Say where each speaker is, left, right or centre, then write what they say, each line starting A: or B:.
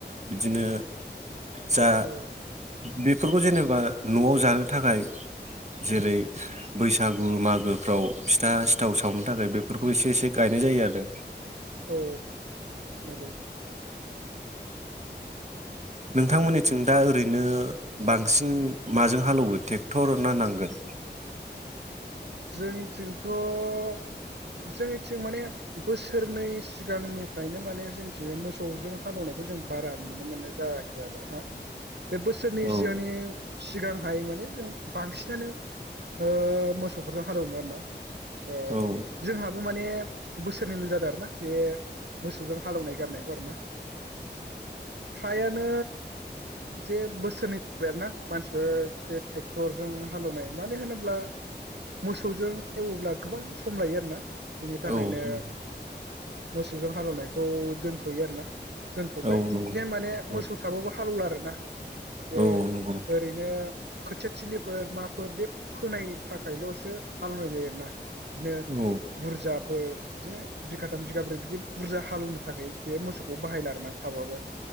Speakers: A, on the right; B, on the right.
A: बिदिनो जा
B: औ
A: बेफोरखौ जेनेबा नआव जानो थाखाय। जेरै बैसागु मागोफ्राव फिथा सिथाव सावनो थाखाय बेफोरखौ एसे एसे गायनाय जायो आरो
B: औ
A: <unintelligible>
B: नंगौ
A: नोंथांमोननिथिं दा ओरैनो बांसिन माजों हालौवो ट्रेक्टर ना नांगोल?
B: जोंनिथिं थ' जोंनिथिं माने बोसोरनै सिगांनिफ्रायनो माने जोंनिथिं मोसौजों हालौनायखौ जों बारा नुनो मोननाय जायाखै आरो ना। बे बोसोरनै
A: औ
B: सिगां सिगांहाय माने जों बांसिनानो ओ मोसौ बेफोरजों हालेवोमोन आरो ना ओ
A: औ
B: जोंहा माने बोसोरनैल जादों आरो ना जे मोसौजों हालौनाय गारनायखौ आरोना फ्रायानो बिदिनो जे बोसोरनै जाबाय आरोना मानसिफोर बे ट्रेक्टरजों हालेवनाय मानो होनोब्ला मोसौजों एवोब्ला गोबां सम लायो आरोना बिनि
A: औ
B: थाखायनो
A: औ
B: मोसौजों हालेवनायखौ दोनथयो आरो ना दोनथबाय
A: औ नंगौ
B: जे माने मोसौ थाबाबो हालौला आरोना जे
A: औ नंगौ
B: ओरैनो खोथियाथिलिफोर माफोर बे फोनाय थाखायलसो हालेवनाय जायो आरोना। बिदिनो
A: औ
B: बुरजाफोर बिदिनो बिगाथाम बिगाब्रै बिदि। बुरजा हालेवनो थाखाय बे मोसौखौ बाहायला आरोना थाबाबो।